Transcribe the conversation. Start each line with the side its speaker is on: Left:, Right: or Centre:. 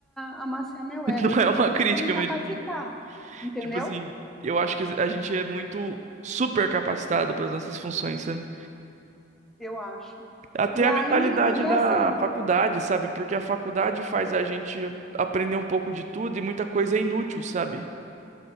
Centre: amaciar meu
Right: <laughs>
Centre: ego,
Right: Não
Centre: eu fiz
Right: é uma
Centre: isso
Right: crítica,
Centre: para me capacitar,
Right: mas tipo
Centre: entendeu?
Right: tipo assim, eu acho que a gente é muito super capacitado para as nossas funções, sabe?
Centre: Eu acho.
Right: Até
Centre: E aí,
Right: a mentalidade
Centre: e
Right: da
Centre: assim,
Right: faculdade, sabe? Porque a faculdade faz a gente aprender um pouco de tudo e muita coisa é inútil, sabe?